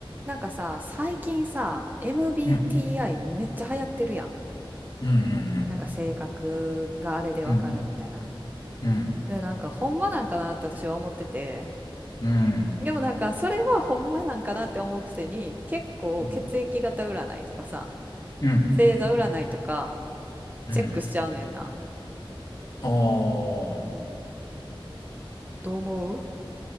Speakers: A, on the right; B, on the left.
A: なんかさ、最近さ、MBTI
B: うん、
A: めっちゃ流行ってるやん。
B: うん、
A: なんか性格があれでわかるみたいな。
B: うん、うん、うん、
A: で、なんかほんまなんかなって私は思ってて。
B: うん、
A: でもなんかそれはほんまなんかなって思うくせに、結構血液型占いとかさ、
B: うん、うん、
A: 星座占いとか
B: うん。
A: チェックしちゃうねんな。
B: ああ、
A: うん。どう思う